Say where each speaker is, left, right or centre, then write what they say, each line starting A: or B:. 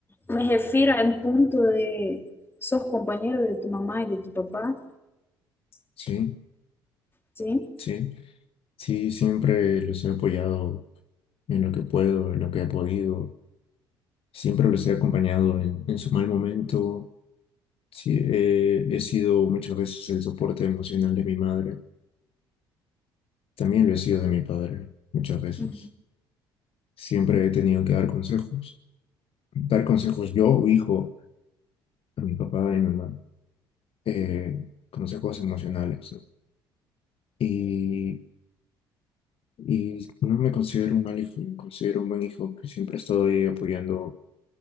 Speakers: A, on the left; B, on the left.
A: Me refiero al punto de sos compañero de tu mamá y de tu papá,
B: sí,
A: ¿sí?
B: sí, sí, siempre los he apoyado en lo que puedo, en lo que he podido, siempre los he acompañado en, en su mal momento, sí, he, he sido muchas veces el soporte emocional de mi madre, también lo he sido de mi padre, muchas veces.
A: Ujú.
B: Siempre he tenido que dar consejos, dar consejos yo, hijo, a mi papá y a mi mamá. eh, consejos emocionales, ¿no? Y, y no me considero un mal hijo, me considero un buen hijo que siempre estoy apoyando